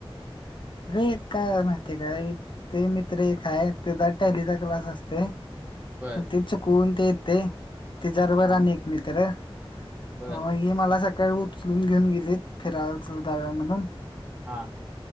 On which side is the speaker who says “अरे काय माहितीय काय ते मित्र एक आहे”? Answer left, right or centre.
Left